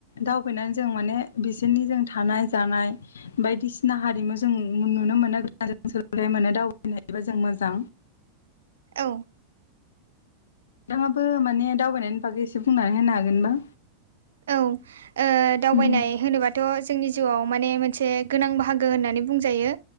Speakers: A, on the left; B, on the right.
A: दावबायनानै जों माने बिसोरनि जों थानाय जानाय बायदिसिना हारिमु जों नुनो मोनो ग जों सोल मोनो दावबायनो हायोबा जों मोजां
B: औ
A: नोंथाङाबो माने दावबायनायनि बागै एसे बुंनानै होनो हागोनबा
B: औ दावबायनाय
A: उम
B: होनोबाथ' जोंनि जिउआव माने मोनसे गोनां बाहागो होननानै बुंजायो